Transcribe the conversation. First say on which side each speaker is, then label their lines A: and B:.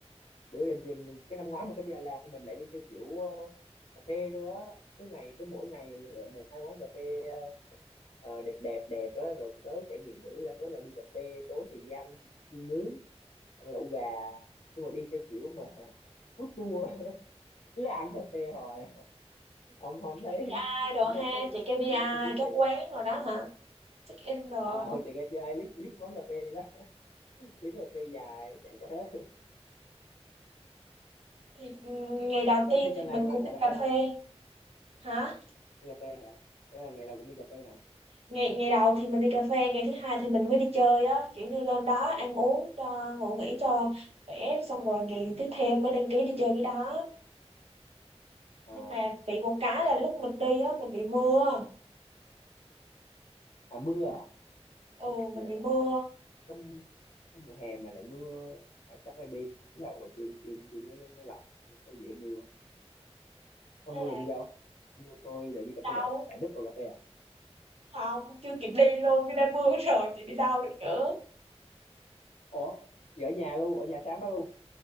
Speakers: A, on the left (about 80°); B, on the right (about 65°).
A: bữa giờ thì mình, cái năm ngoái mình có đi Đà Lạt thì mình lại đi theo kiểu ờ, cà phê thôi á cứ ngày cứ mỗi ngày lựa một hai quán cà phê ờ, ờ, đẹp đẹp đẹp á rồi tới trải nghiệm thử đa số là đi cà phê tối thì đi ăn chiên nướng ăn lẩu gà nhưng mà đi theo kiểu mà <laughs> food tour cứ ăn cà phê hồi ông không
B: chị
A: thấy
B: KPI đồ
A: ông
B: ha
A: thấy có cái
B: chị
A: cái
B: KPI
A: cái gì thú
B: các
A: vị
B: quán rồi đó hả check in đồ
A: ờ hồi
B: đó
A: chạy cái ai lít lít quán cà phê đó <laughs> lít quán cà phê dài chạy ra hết
B: thì ừm, ngày đầu
A: bà
B: tiên
A: có đi
B: thì
A: cho làm
B: mình
A: là
B: cũng đi
A: làm
B: cà
A: không
B: phê hả
A: đi cà phê hả Ủa là ngày nào cũng đi cà phê hả
B: ngày ngày đầu thì mình đi cà phê ngày thứ hai thì mình mới đi chơi á kiểu như lên đó ăn uống cho ngủ nghỉ cho khỏe xong rồi ngày tiếp theo mới đăng ký đi chơi cái đó
A: à,
B: nhưng mà bị một cái là lúc mình đi á mình bị mưa
A: à mưa à
B: ừ mình
A: Dạ.
B: bị mưa
A: cái trong mùa hè mà lại mưa à, chắc maybe khí hậu ở trên trên trên nó nó nó lạnh nó dễ mưa nó
B: thế
A: mưa
B: là
A: rồi đi đâu mưa tôi lại đi cà
B: đau
A: phê à lại núp vào cà phê à
B: không chưa kịp đi luôn cái đã mưa rồi thì đi đâu được nữa
A: ủa chị ở nhà luôn ở nhà sáng đó luôn